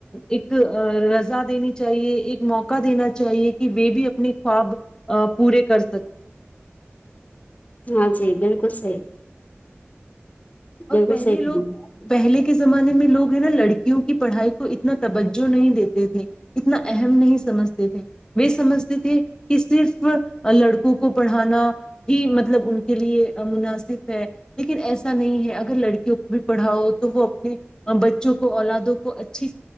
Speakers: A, on the left (about 15°); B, on the left (about 35°).
A: ایک رضا دینی چاہیے ایک موقع دینا چاہیے کہ وہ بھی اپنے خواب پورے کر سکیں
B: ہاں جی بالکل صحیح
A: اور
B: بالکل
A: پہلے
B: صحیح
A: لوگ
B: کرنا ہے،
A: پہلے کے زمانے میں لوگ نا لڑکیوں کی پڑھائی کو اتنا توجہ نہیں دیتے تھے اتنا اہم نہیں سمجھتے تھے وہ سمجھتے تھے کہ صرف لڑکوں کو پڑھانا بھی مطلب ان کے لیے مناسب ہے لیکن ایسا نہیں ہے اگر لڑکیوں کو بھی پڑھاؤ تو وہ اپنے بچوں کو اولادوں کو اچھی